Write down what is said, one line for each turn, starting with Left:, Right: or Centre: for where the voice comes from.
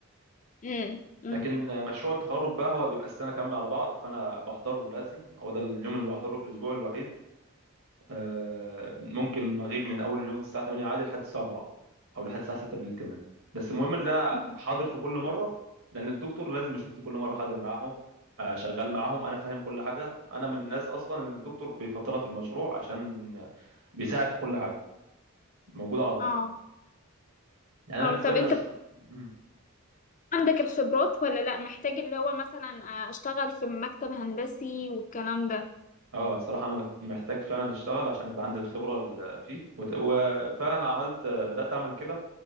Left: امم امم
Right: لكن آه، مشروع التخرج بقى هو بيبقى السنة كاملة على بعض فانا بحضره لازم هو ده اليوم اللي بحضره في الاسبوع الوحيد آه، ممكن اغيب من اول اليوم من الساعه 8 عادي لحد الساعه 4 او لحد الساعه 6 بالليل كمان بس المهم ان انا
Left: أمم.
Right: حاضر في كل مره لان الدكتور لازم يشوفني كل مره حاضر معاهم آه، شغال معاهم انا فاهم كل حاجه انا من الناس اصلا ان الدكتور بيفضلها في المشروع عشان بيساعد في كل حاجه موجود على طول
Left: اه
Right: يعني انا
Left: اه
Right: بالنسبه
Left: طب
Right: لي
Left: أنت
Right: مشروع مم.
Left: عندك الخبرات ولا لأ محتاج اللي هو مثلا آه، أشتغل في مكتب هندسي والكلام ده
Right: اه صراحه انا مك- محتاج فعلا اشتغل عشان يبقى عندي الخبره اللي فيه وت- وفعلا عملت بدات اعمل كده